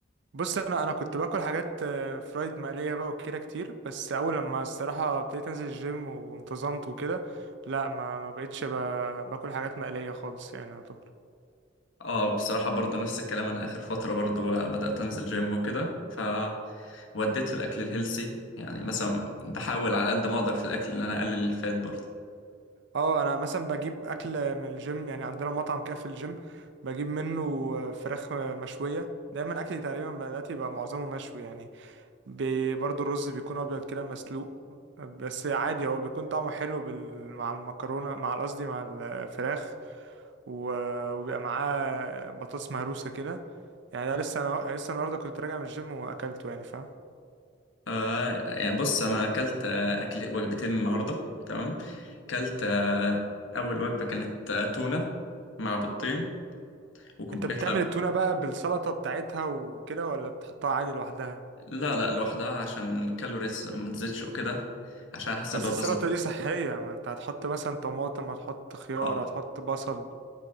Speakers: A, on the right (about 65°); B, on the left (about 85°).
A: بص انا انا كنت باكل حاجات آه، فرايد مقليه بقى وكده كتير بس اول لما الصراحه ابتديت انزل الجيم وانتظمت وكده لا ما ما بقتش با- باكل حاجات مقليه خالص يعني يعتبر
B: اه بصراحة برضو نفس الكلام انا اخر فترة برضو آه، بدأت انزل جيم وكده ف وديت في الاكل الهيلسي يعني مثلا بحاول على قد ما اقدر في الاكل ان انا اقلل الفات برضو
A: اه انا مثلا بجيب اكل من الجيم يعني عندنا مطعم كده في الجيم بجيب منه آه، فراخ آه، مشويه دايما اكلي تقريبا دلوقتي بقى معظمه مشوي يعني بي- برضو الرز بيكون ابيض كده مسلوق بس عادي هو بيكون طعمه حلو بال... مع المكرونه مع قصدي مع الفراخ و... وبيبقى معاه بطاطس مهروسه كده يعني ده لسه أنا... لسه النهارده كنت راجع من الجيم واكلته يعني فاهم
B: آه يعني بص انا اكلت آه، اكل وجبتين النهارده تمام اكلت آه، اول وجبة كانت آه، تونة مع بيضتين وكوباية
A: انت بتعمل
B: لبن
A: التونه بقى بالسلطه بتاعتها وكده ولا بتحطها عادي لوحدها
B: لا لا لوحدها عشان الكالوريز ما تزيدش وكده عشان احسبها
A: بس
B: بالظبط
A: السلطه دي صحيه ما انت هتحط مثلا طماطم هتحط خيار
B: آه،
A: هتحط بصل